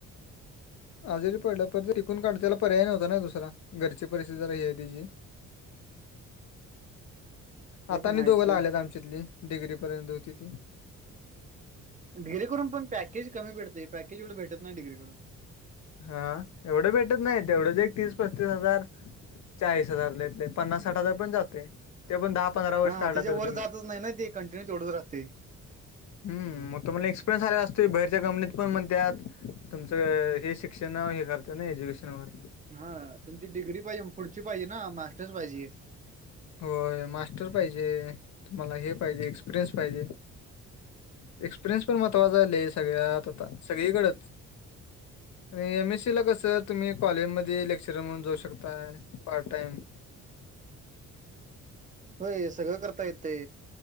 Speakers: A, on the left; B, on the right.
A: हजेरी पडल्या परर्य टिकून काढताला पर्याय नव्हता ना दुसरा घरची परिस्थिती ज ह आहे तिची
B: ते
A: आता
B: पण
A: नाही
B: हायचं
A: दोघं लागल्यात आमच्यातली डिग्री पर्यंत होती ती
B: डग्रीे करून पण पॅके कमी भटते पॅके एवढे भेटत नाही डगेडून
A: हा एवढं भेटत नाही तेवढंच एक तीस पस्तीस हजार चाळीस हजारलाेतले पन्नास साठ हजार पण जाते ते पण दहा पंधरा वर्ष
B: हा
A: काढला
B: त्याच्या
A: तर
B: वर
A: तुम्ही
B: जातच नाही ना ते कंटिन्यू तेथोड असते
A: हम मग तुम्हाला एक्सपिरियन्स आलेला असतो बाहेरच्या कंपनीत पण म्हणतात तुमच शिक्षण हे करत ना एज्युकेशन वगर
B: हा तुमची डिग्री पाहिजे पुढची पाहिजे ना मास्टर्स पाहिजे
A: हो मास्टर पाहिजे तुम्हाला हे पाहिजे एक्सपिरियन्स पाहिजे एक्सपिरियन्स पण महत्वाचालेय सगळ्यात आता सगळीकडेच आणि एम एस सी ला कसं तुम्ही कॉलेजमध्येध्ये लेक्चर म्हणून जाऊ शकताय पार्ट टाइम
B: होय सगळं करता येते